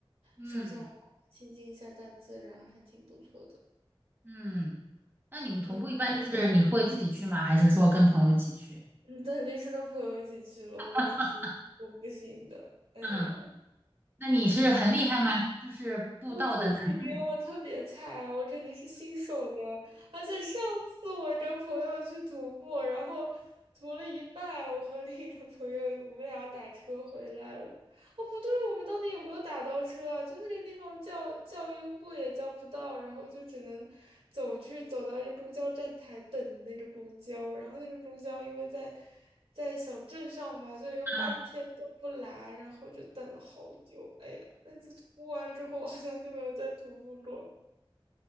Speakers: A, on the right; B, on the right.
A: 嗯，
B: 赏赏花，亲近一下大自然，还挺不错的。
A: 嗯。那你们徒步一般就是你会自己去吗？
B: 你
A: 还是说跟朋友一起去？
B: 你肯定是跟 <laughs> 朋友一起去了，
A: <laughs>
B: 我自己我不行的，哎呀。
A: 嗯，那你是很厉害吗？就是步道的难度
B: 我不行，我特别菜，我肯定是新手的。而且上次我跟朋友去徒步，然后徒了一半，我和另一个朋友，我们俩打车回来了。哦，不对，我们到底有没有打到车啊？就那个地方叫叫优步也叫不到，然后就只能走去走到一个公交站台等那个公交，然后那个公交因为在在小镇上嘛，所以又半天都不来，
A: 啊，
B: 然后就等了好久。哎呀，那次徒步完之后，我好像就没有再徒步过。